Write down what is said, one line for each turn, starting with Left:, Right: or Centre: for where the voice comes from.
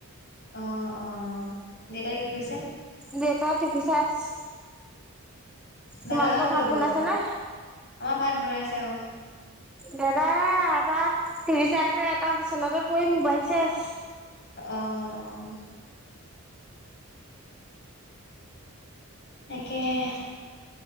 Left: অ' অ' দেউতাই কি কৰিছে?
Centre: দেউতা টিভি চাই আছে। তোমালোকৰ
Left: দাদাহত ক'ত
Centre: ভাত বনাইছে
Left: গ'ল?
Centre: নে?
Left: আমাৰ ভাত বনাইছে অ'।
Centre: দাদা এ এটা টিভি চাই আছে, এটা বিচনাতে পৰি মোবাইল চাই আছে।
Left: অ' অ' <unintelligible> তাকে হে।